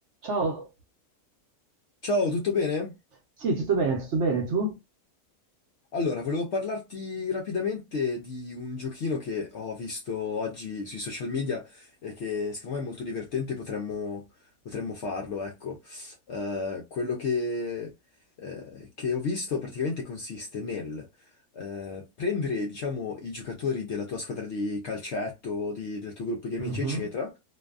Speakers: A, on the right; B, on the left.
A: Ciao,
B: Ciao, tutto bene?
A: sì, tutto bene, tutto bene, tu?
B: Allora, volevo parlarti rapidamente di un giochino che ho visto oggi sui social media e che secondo me è molto divertente, potremmo, potremmo farlo, ecco. Eh, quello che, eh, che ho visto praticamente consiste nel eh, prendere, diciamo, i giocatori della tua squadra di calcetto, o di- del tuo gruppo di amici,
A: Mhm.
B: eccetera,